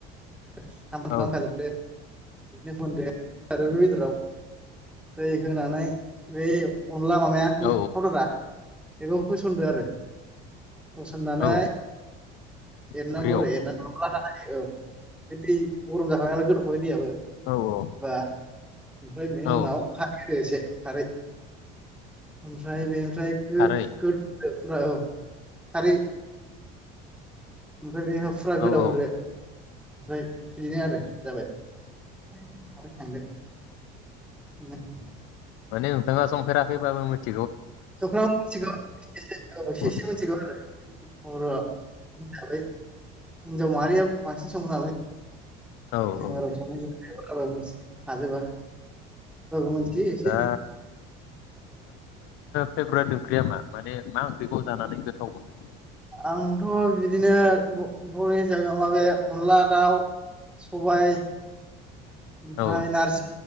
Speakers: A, in the centre; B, on the left (about 70°).
A: <unintelligible> बिदिनो
B: औ
A: <unintelligible> आरो बे बेदराव दै होनानै बै अनला मामाया <unintelligible>
B: औ
A: बेखौ होसनदो आरो। होसननानै
B: औ
A: एरनांगौ
B: ओंख्रियाव
A: आरो एरनांगौ औ। बि दै गरम जाखानायालाय गोदौ <unintelligible>
B: औ औ
A: बा ओमफ्राय बेनि
B: औ
A: उनाव खारै होदो एसे खारै ओमफ्राय बे। <unintelligible>
B: खारै
A: फुरा औ खारै ओमफ्राय बेहा फुरा गोदाव
B: औ औ
A: होरदो बे बिदिनो आरो
B: उम।
A: जाबाय <unintelligible> मारै थांदो
B: माने नोंथाङा संफेराखैबाबो मोथ
A: ओ फ्राम मिथिगौ <unintelligible> एसे
B: औ
A: एसे मिथिगौ आरो ह साबै हिनजाव माहारिया बांसिन सङो नालाय
B: औ
A: जों <unintelligible>
B: औ
A: औ मोनथियो एसे
B: दा फेब्रेट ओंख्रिया मा माने मा ओंख्रिखौ जानानै गोथाव मोनो?
A: आंथ' बिदिनो ब बर'नि हिसाबै अमा बे अनला दाउ सबाय ओमफ्राय
B: औ
A: नारज